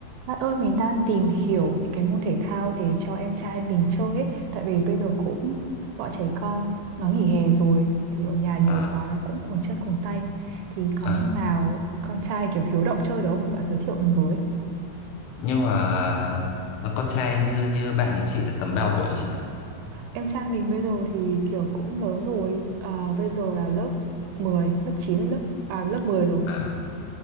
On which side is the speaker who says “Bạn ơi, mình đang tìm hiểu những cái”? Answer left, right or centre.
Right